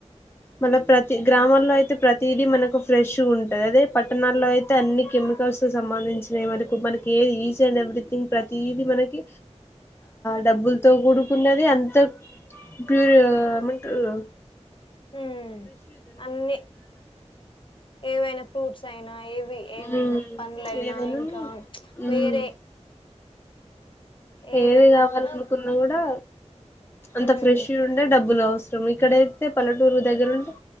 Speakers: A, on the left (about 20°); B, on the left (about 45°).
A: మళ్ళ ప్రతి గ్రామాల్లో అయితే ప్రతిదీ మనకు ఫ్రెష్ గ ఉంటంది అదే పట్టణాల్లో అయితే అన్ని కె మికల్స్ సంబంధించిన వరకు మనకి ఈచ్ అండ్ ఎవ్రీథింగ్ ప్రతీది మనకి డబ్బుల్తో కూడుకున్నది అంత ప్యూర్ ఏమంటరు
B: మ్మ్ అన్నీ ఏవైనా ఫ్రూట్స్ అయినా ఏవి ఏమైనా
A: మ్మ్
B: పన్లులైనా
A: ఏదైనా
B: ఇంకా
A: మ్మ్
B: వేరే ఏదైనా
A: ఏది కావాలనుకున్నా
B: కూడా
A: కూడా అంత
B: ఉమ్
A: ఫ్రెష్ ఉండే డబ్బులు అవ ఇక్కడైతే పల్లెటూరు దగ్గరుంటే